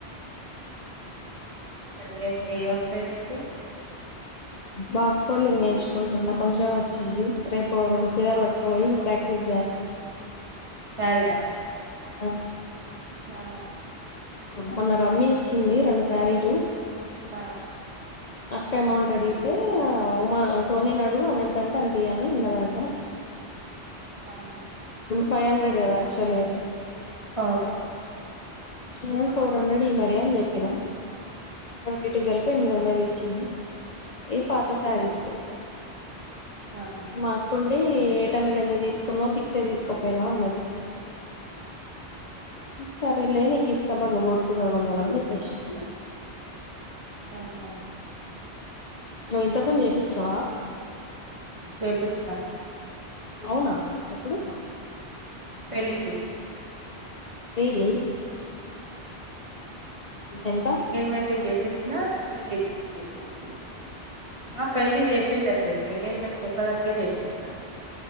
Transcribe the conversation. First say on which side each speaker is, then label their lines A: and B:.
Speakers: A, on the right; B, on the left.
A: మరే ఏం వస్తాయి నీకు
B: బాక్స్ కోల్డింగ్ నేర్చుకుంటున్నా కొంచెం వచ్చింది రరే ఇప్పు రెండు సీయలు వాట్టుక పోయి ప్రక్టీస్
A: సరనా
B: అ
A: ఆా
B: మొన్న రమ్మ్య ఇచ్చింది రెండు సారీలు
A: ఆ
B: అక్క అమౌంట్ అడిగితే ఉమా సోనిని అడుగు ఆమె ఎంతంటే అంత తీియను అన్నదంట
A: కాని
B: ఫైవ్ హండ్రెడ్ కదా ఆక్చువల్ గా అయితే
A: అవును
B: నే ఫోర్ హండ్రెడ్ ఇయ్ మరి అని చెప్పినా రోండిటికి కలిపి ఎనిమిది వందలు ఇచ్చింది ఈ పాత శారీస్
A: ఆ ఆ.
B: మాకున్ అది ఎయిట్ హండ్రెడ్ ఎందుకు తీసుకున్నావ్ సిక్సె తీసుకోపోయినవా అన్నది సరేలేని కిష్టమన్ నువ్వు కొట్టు రొండొందలు అని చెప్పిన
A: ఆహా
B: నువ్వు ఇంతక్ ముందు చేపిచినావా
A: చేపిచిన
B: అవునా ఎప్పుడు
A: పెళ్ళికి
B: రియల్లీ ఎంత
A: ఎంగేజ్మెంట్కి చేపిచ్చిన పెళ్ళికి చేపిచ్చిన ఆ పెళ్ళికి చేపీలే పిన్ని ఎంగేజ్మెంట్కి ఒక్కదానికె చేపిచ్చిన